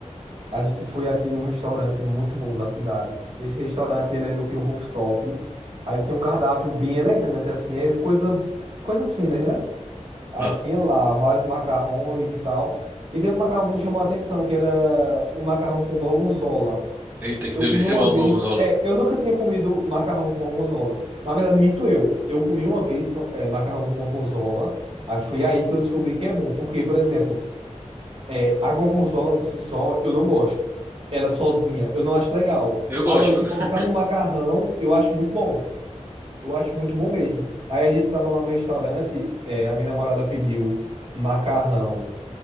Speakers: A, on the right (about 50°); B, on the right (about 15°).
A: A gente foi aqui num restaurante muito bom da cidade. Esse restaurante, ele é meio que um rooftop. Aí ele tem um cardápio bem elegante, assim, é coisa, coisas finas, né? Aí
B: Ah,
A: tinha lá vários macarrões e tal. E teve um macarrão que me chamou a atenção, que era um macarrão com gorgonzola.
B: eita, que
A: Eu
B: delícia.
A: comi uma
B: Eu amo
A: vez.
B: gorgonzola.
A: É, eu nunca tinha comido macarrão com gorgonzola. Na verdade, minto eu. Eu comi uma vez, é, macarrão com gorgonzola. Aí foi aí que eu descobri que é bom. Porque, por exemplo, é, a gorgonzola por si só, eu não gosto. Ela sozinha, eu não acho legal.
B: Eu gosto,
A: Agora, se
B: viu?
A: colocar no macarrão, eu acho muito bom. Eu acho muito bom mesmo. Aí a gente tava lá no restaurante, é, a minha namorada pediu macarrão